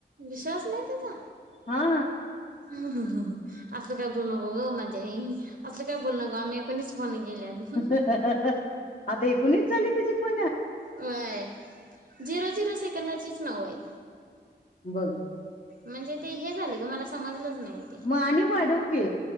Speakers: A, on the right; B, on the left.
A: विश्वास नही तुझा?
B: हा
A: ह्हम्म ह्म. आसं काय, बोलू नको ग, माझे आई. असं काय बोलू नगं, आम्ही कूणीच फोण नई केले, आजून.
B: हा हा हा <unintelligible> आता हे कुणी चालू <unintelligible> तुझे फोन
A: व्हय, झिरो- झिरो सेकंदाचीच, नावं आहेत.
B: बग.
A: म्हणजे ते हे झालं गं, का मला समजलंच, नही.
B: म आणि वाढवकी,